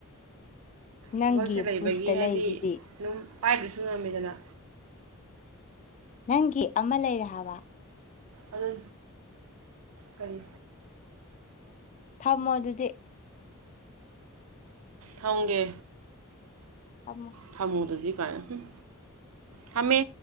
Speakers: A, on the left (about 35°); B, on the right (about 70°).
A: ꯅꯪꯒꯤꯕꯨ
B: ꯊꯕꯛꯁꯦ ꯂꯩꯕꯒꯤ
A: ꯁꯤꯗ
B: ꯍꯥꯏꯗꯤ
A: ꯂꯩꯔꯤꯁꯤꯗꯤ
B: ꯑꯗꯨꯝ ꯄꯥꯏꯕꯁꯨ ꯉꯝꯃꯦꯗꯅ
A: ꯅꯪꯒꯤ ꯑꯃ ꯂꯩꯔꯦ ꯍꯥꯏꯕ
B: ꯑꯗꯨ ꯀꯔꯤ
A: ꯊꯝꯃꯣ ꯑꯗꯨꯗꯤ
B: ꯊꯣꯡꯒꯦ
A: ꯊꯝꯃꯣ
B: ꯊꯝꯃꯣꯗꯗꯤ ꯀꯥꯏ ꯎꯝ ꯊꯝꯃꯦ